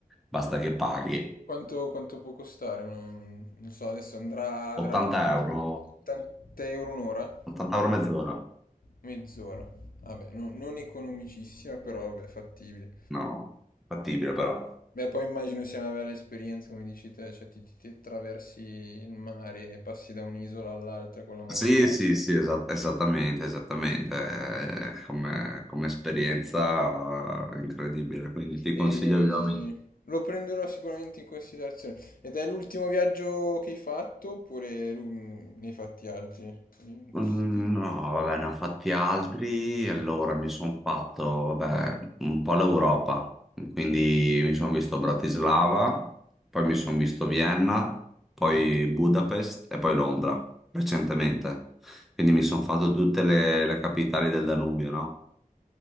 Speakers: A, in the centre; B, on the left.
A: basta che paghi
B: Quanto, quanto può costare? Non, non so, adesso andrà, andrà
A: 80 euro,
B: 80 euro un'ora?
A: 80 euro mezz'ora.
B: Mezz'ora. Vabbè, no- non economicissima, però vabbè, fattibile.
A: No, fattibile però.
B: Beh, poi immagino sia una bella esperienza, come dici te, cioè ti, ti- ti attraversi il mare e passi da un'isola all'altra con la moto
A: Sì,
B: d'acqua.
A: sì, sì, esa- esattamente, esattamente. Eh, Come, come esperienza eh, incredibile, quindi ti
B: E
A: consiglio vivamente.
B: lo prenderò sicuramente in considerazione. Ed è l'ultimo viaggio che hai fatto, oppure mm, ne hai fatti altri in questo
A: Mm,
B: tempo?
A: No, vabbè, ne ho fatti altri. Allora mi sono fatto, vabbè, un po' l'Europa. Quindi mi sono visto Bratislava, poi mi sono visto Vienna, poi
B: Mm.
A: Budapest e poi Londra, recentemente. Quindi mi sono fatto tutte le, le capitali del Danubio, no?